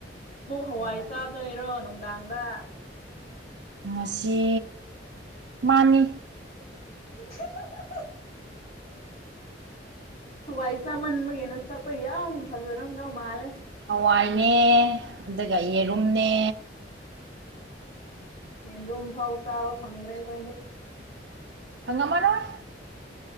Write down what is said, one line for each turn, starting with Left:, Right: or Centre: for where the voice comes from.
Left: ꯑꯃꯨꯛ ꯍꯋꯥꯏ
Right: ꯉꯥꯏꯈꯣ
Left: ꯆꯥꯗꯣꯏꯔꯣ ꯅꯨꯡꯗꯥꯡꯗ
Right: ꯉꯁꯤ ꯃꯥꯅꯤ
Left: <inaudible> ꯍꯋꯥꯏ ꯆꯃꯥꯟꯕꯒꯤ ꯅꯁꯛꯇꯣ ꯌꯥꯝ ꯐꯖꯔꯝꯗꯧ ꯃꯥꯂꯦ
Right: ꯍꯋꯥꯏꯅꯦ ꯑꯗꯨꯒ ꯌꯦꯔꯨꯝꯅꯦ
Left: ꯌꯦꯔꯨꯝ ꯐꯥꯎ ꯆꯥꯕ ꯐꯪꯗꯔ꯭ꯦ ꯑꯩꯈꯣꯏꯗꯤ
Right: ꯐꯪꯉꯝꯃꯔꯣꯏ